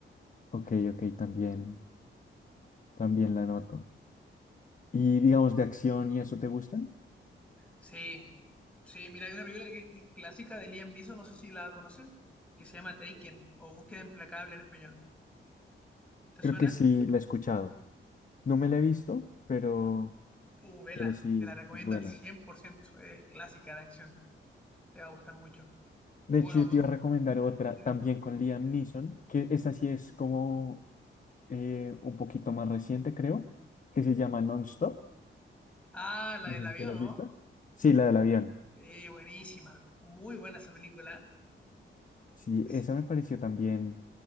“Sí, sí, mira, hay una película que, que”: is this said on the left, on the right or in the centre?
Centre